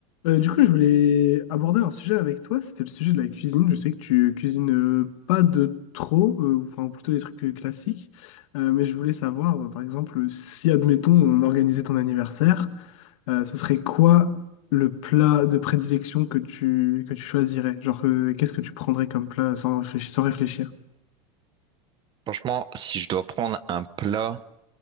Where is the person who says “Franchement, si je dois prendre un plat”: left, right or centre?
Right